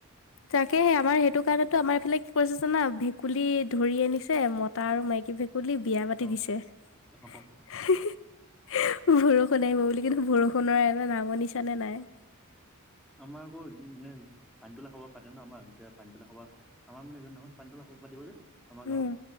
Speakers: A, on the left; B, in the centre.
A: তাকেহে, আমাৰ সেইটো কাৰণেতো আমাৰ এইফালে কি কৰিছে জানা ভেকুলী ধৰি আনিছে মতা আৰু মাইকী ভেক- কুলী ‌ বিয়া পাতি
B: অ
A: দিছে। হেঁ
B: অ
A: হেঁ। বৰষুণ আহিব বুলি, কিন্তু বৰষুণৰ একো নামনিছানে নাই।
B: আমাৰ আকৌ মানে পানীতোলা সবাহ পাতে ন আমাৰ পানীতোলা সবাহ। আমাৰ মানে যোনদিনাখন পানীতোলা সবা পাতিব যে আমাৰ
A: উম
B: গাঁৱত